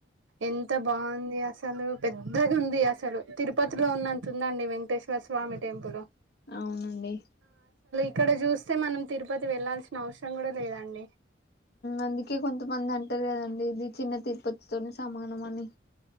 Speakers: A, on the right; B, on the left.
A: ఎంత బాగుంది అసలు పెద్దగా ఉంది అసలు తిరుపతిలో ఉన్నంత ఉందండి వెంకటేశ్వర స్వామి టెంపుల్
B: అవునండి
A: ఇక్కడ చూస్తే మనం తిరుపతి వెళ్లాల్సిన అవసరం కూడా లేదండి
B: అందుకే కొంతమంది అంటారు కదండి ఇది చిన్న తిరుపతితోని సమానం అని